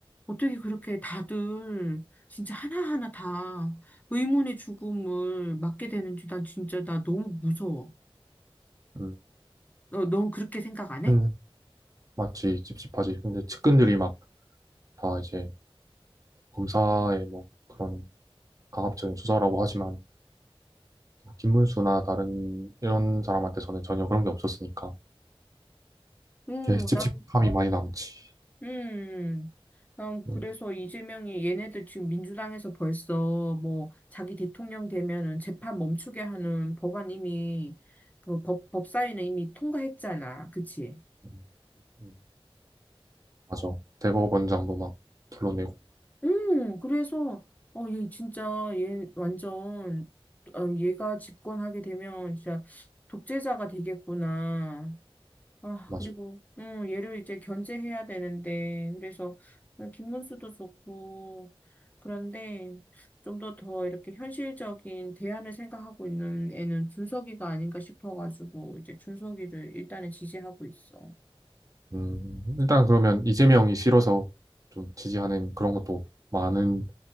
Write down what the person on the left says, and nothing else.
어떻게 그렇게 다들 진짜 하나하나 다 의문의 죽음을 맞게 되는지 난 진짜 나 너무 무서워.
너, 넌 그렇게 생각 안
해?
어,
나
음, 난 그래서
이재명이 얘네들 지금 민주당에서 벌써 뭐 자기 대통령 되면은 재판 멈추게 하는 법안 이미 그 법, 법사위는 이미 통과했잖아. 그치?
음, 그래서 어, 얘 진짜 얘 완전 어, 얘가 집권하게 되면 진짜 독재자가 되겠구나. 아,
그리고, 음, 얘를 이제 견제해야 되는데, 그래서, 김문수도 좋고, 그런데, 좀 더 더 이렇게 현실적인 대안을 생각하고 있는 애는 준석이가 아닌가 싶어가지고, 이제 준석이를 일단은 지지하고 있어.